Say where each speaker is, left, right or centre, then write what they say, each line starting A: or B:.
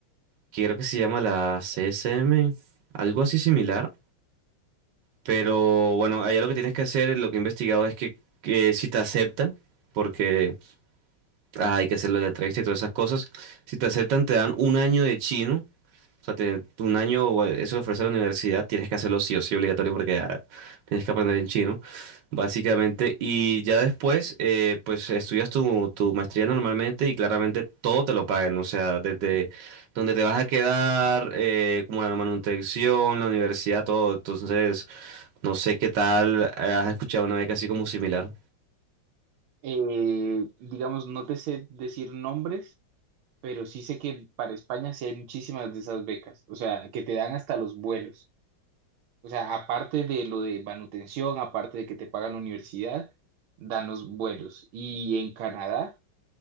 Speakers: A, on the right; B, on the right.
A: que creo que se llama la CSM, algo así similar. Pero bueno, allá lo que tienes que hacer, lo que he investigado es que, que si te aceptan, porque ah, hay que hacerlo de la entrevista y todas esas cosas, si te aceptan te dan un año de chino o sea, te- un año, o eso lo ofrece la universidad, tienes que hacerlo sí o sí obligatorio porque ah, tienes que aprender en chino, básicamente. Y ya después, eh, pues estudias tu, tu maestría normalmente y claramente todo te lo pagan. O sea, desde donde te vas a quedar, eh, como la manutención, la universidad, todo. Entonces, no sé qué tal, eh, has escuchado una beca así como similar.
B: Eh, digamos, no te sé decir nombres pero sí sé que para España sí hay muchísimas de esas becas, o sea, que te dan hasta los vuelos. O sea, aparte de lo de manutención, aparte de que te pagan la universidad, dan los vuelos. Y en Canadá,